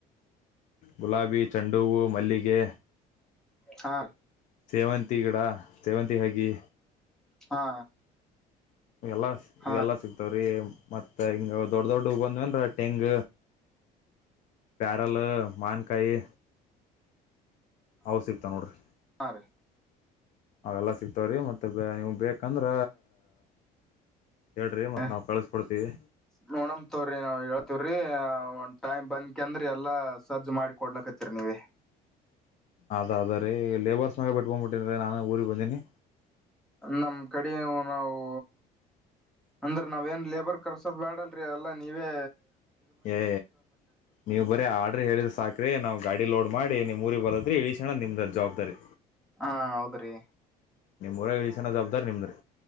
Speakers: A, on the left (about 50°); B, in the centre.
A: ಗುಲಾಬಿ ಚೆಂಡೂಹೂವು ಮಲ್ಲಿಗೆ.
B: ಹಾ
A: ಸೇವಂತಿ ಗಿಡ ಸೇವಂತಿ ಹಗಿ.
B: ಹಾ.
A: ಇವೆಲ್ಲ
B: ಹಾ
A: ಇವೆಲ್ಲ ಸಿಗ್ತಾವ್ರೀ. ಮತ್ತ ಹಿಂಗ ದೊಡ್ಡ ದೊಡ್ಡ ಬಂದು ಅಂದ್ರ ಟೆಂಗ ಪ್ಯಾರಲ್ ಮಾನ್ಕಾಯಿ. ಅವ ಸಿಗತವ್ ನೋಡ್ರಿ.
B: ಹಾ ರೀ
A: ಅವೆಲ್ಲಾ ಸಿಕ್ತವ್ರಿ ಮತ್ತೆ ಬ್ಯ ನೀವು. ಬೇಕಂದ್ರ. ಹೇಳ್ರಿ ಮತ್
B: ಹ
A: ನಾವ್ ಕಳ್ಸಕೊಡ್ತೀವಿ
B: ನೋಣಮ ತೋ್ರಿ ನಾವವು ಹೇಳ ವ್ರೀ ಒಂದ್ ಟೈಮ್ ಬಂದಕ ಅಂದ್ರ ಎಲ್ಲಾ ಸಜ್ಜ ಮಾಡಿ ಕೊಡ್ಲಕ್ತ್ತೀರಿ ನೀವೆ.
A: ಅದ ಅದ ರೀ ಲೇಬರ್ಸ್ನಾಗ ಬಿಟ್ಕೊಂಡ್ಬಿಟ್ಟನಿ ರೀ ನಾನು ಊರಿಗ ಬಂದೀನಿ.
B: ನಮ್ಮ್ ಕಡೆ ನಾವು ಅಂದ್ರ ನಾವ್ ಏನ್ ಲೇಬರ್ ಕರ್ಸೋದ ಬ್ಯಾಡ ಅಲ್ರಿ ಎಲ್ಲ ನೀ ನೀವೆ
A: ಏ ನೀವು ಬರೀ ಆರ್ಡ್ರ ಹೇಳಿದ್ರ ಸಾಕ್ರಿ ನಾವ್ ಗಾಡಿ ಲೋಡ್ ಮಾಡಿ ನಿಮ್ಮೂರಿಗೆ ಬರತ್ತರಿ ಇಲಸ್ಕ್ಯನದ್ ನಿಮ್ದ ಜವಾಬ್ದಾರಿ.
B: ಹಾ ಹೌದ್ರಿ
A: ನಿಮ್ ಊರಾಗ ಇಳಿಸೋಣ ಜವಾಬ್ದಾರಿ ನಿಮ್ದ್ರಿ